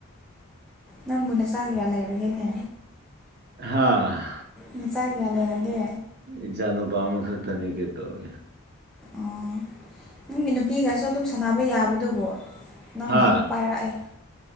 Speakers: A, in the centre; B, on the right.
A: ꯅꯪꯕꯨ ꯅꯆꯥ ꯀꯥꯌꯥ ꯂꯩꯔꯒꯦꯅꯦ
B: ꯍꯥꯥ
A: ꯅꯆꯥꯀꯌꯥ ꯂꯩꯔꯒꯦ‌꯫
B: ꯏꯆꯥ ꯅꯨꯄꯥ ꯑꯃ ꯈꯛꯇꯅꯤ ꯀꯩꯗꯧꯔ°
A: ꯑꯣ ꯅꯪꯒꯤ ꯅꯨꯄꯤꯒꯁꯨ ꯑꯗꯨꯝ ꯁꯥꯟꯅꯁꯨ ꯌꯥꯕꯗꯨꯕꯨ ꯅꯪꯅꯥ
B: ꯍꯥ
A: ꯑꯃꯨꯛ ꯄꯥꯏꯔꯛꯑꯦ